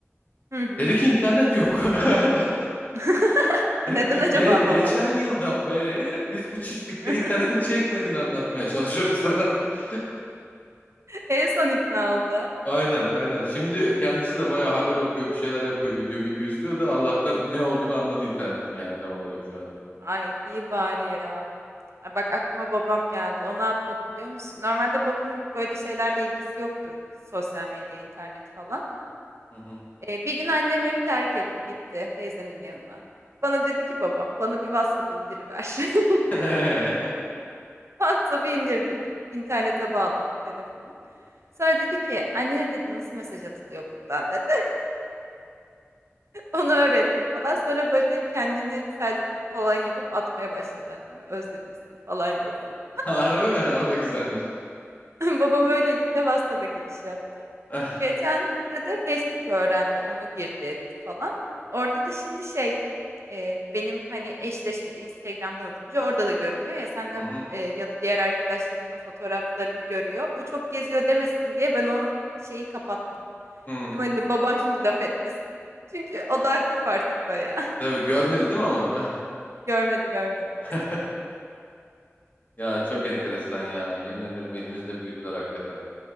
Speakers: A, on the right; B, on the left.
A: Hı hı.
B: Dedi ki internet yok. <laughs>
A: <laughs>
B: Dedim
A: Neden
B: ki
A: acaba
B: "Ge- geçen
A: baba?
B: yıldan beri <laughs> biz bu çiftlikte
A: <laughs>
B: internetin çekmediğini anlatmaya çalışıyoruz sana. <laughs>
A: En son ikna oldu.
B: Aynen aynen. Şimdi kendisi de bayağı haber okuyor, bir şeyler yapıyor, video video izliyor da Allah'tan ne olduğunu anladı internetin yani tam olarak şu anda.
A: Ay iyi bari ya. Ay, bak aklıma babam geldi. O ne yapıyordu biliyor musun? Normalde babamın böyle şeylerle ilgisi yoktur. Sosyal medya, internet falan.
B: Hı hı.
A: Ee, bir gün annem evi terk etti, gitti teyzemin yanına. Bana dedi ki babam, bana bir WhatsApp indiriver. <laughs>
B: <laughs>
A: WhatsApp'ı indirdik. İnternete bağladık telefonu. Sonra dedi ki annene dedi nasıl mesaj atılıyor buradan dedi. <laughs> Onu öğrettim falan. Sonra böyle kendini selfie falan yapıp atmaya başladı anneme. Özledim seni falan yazıyor.
B: Harbi mi? O da güzelmiş.
A: <laughs> Babam öylelikle WhatsApp'a giriş yaptı.
B: <laughs>
A: Geçen de de Facebook'u öğrendi. Onu girdi etti falan. Orada da şimdi şey e, benim hani eşleşmedi Instagram'dan atınca orada da görünüyor ya senle
B: Hı hı.
A: e, ya da diğer arkadaşlarımla fotoğraflarımı görüyor. Bu çok geziyor demesin diye ben o şeyi kapattım.
B: Hı.
A: Dedim hani babam şimdi laf etmesin. Çünkü o da aktif artık bayağı. <laughs>
B: Tabii görmedi değil mi ama?
A: Görmedi görmedi.
B: <laughs> Ya çok
A: Çok
B: enteresan
A: komik ya.
B: ya. Yemin ederim elimizde büyüdüler hakikaten.